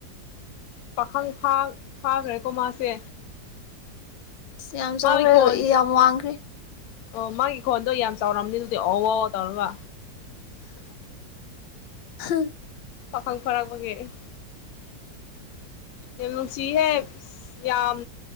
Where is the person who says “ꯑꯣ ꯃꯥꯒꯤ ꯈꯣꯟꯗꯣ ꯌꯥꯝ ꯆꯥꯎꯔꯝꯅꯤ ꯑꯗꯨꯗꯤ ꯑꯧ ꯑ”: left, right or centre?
Left